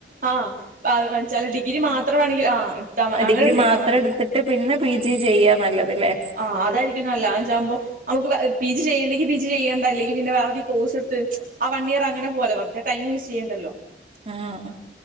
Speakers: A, on the right; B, on the right.
A: ആഹ് അഹ് വെച്ചാല് ഡിഗ്രി മാത്രമാണെങ്കിൽ ആഹ് ഇടതാ അങ്ങന
B: ഡിഗ്രി
A: ചെയ്താൽ
B: മാത്രം
A: മതി
B: എടുത്തിട്ട് പിന്നെ പി ജി ചെയ്യാ നല്ലത്ല്ലേ
A: ആഹ് അതായിരിക്ക നല്ല അതാവുമ്പോ നമുക്ക് പി ജി ചെയ്യേണ്ടെങ്കി പി ജി ചെയ്യേണ്ട അല്ലെങ്കിൽ പിന്നെ വെറതെ കോ്സ്ടുത്ത് ആ വൺ ഇയർ അങ്ങനെ പോവാലോ പിന്നെ ടൈം വേസ്റ്റ് ചെയ്യേണ്ടല്ലോ
B: ആഹ്